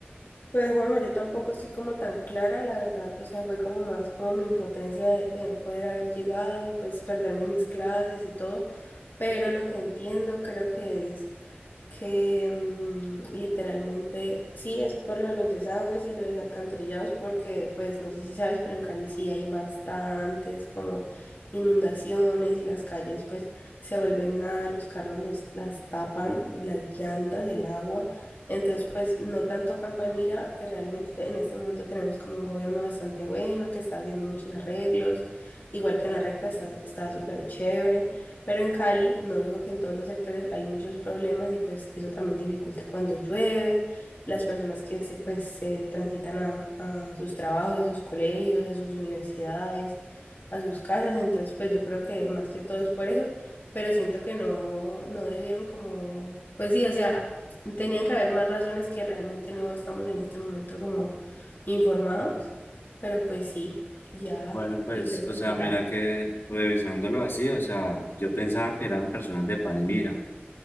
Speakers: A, on the left; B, on the left.
A: Pues Juanjo, yo tampoco estoy como tan clara, la verdad. O sea, fue como más como mi impotencia de, de no poder haber llegado y pues perderme mis clases y todo. Pero lo que entiendo creo que es que mm, literalmente sí es por lo de los desagües y lo de los alcantarillados, porque pues no sé si sabes, pero en Cali sí hay bastantes como inundaciones y las calles pues se vuelven nada, los carros los, las tapan, las llantas, el agua. Entonces, pues no tanto Campamira, que realmente te- en este momento tenemos como un gobierno bastante bueno, que está haciendo muchos arreglos, igual que en la recta está está súper chévere. Pero en Cali, no digo que en todos los sectores hay muchos problemas y pues eso también dificulta cuando llueve, las personas que se, pues, se transitan a, a sus trabajos, a sus colegios, a sus universidades, a sus casas. Entonces, pues yo creo que más que todo es por eso, pero siento que no, no debieron como, pues sí, o sea, tenían que haber más razones que realmente no estamos en este momento como informados, pero pues sí, ya
B: Bueno, pues,
A: hay que respetar.
B: o sea, mira que revisándolo así, o sea, yo pensaba que eran personas de Palmira,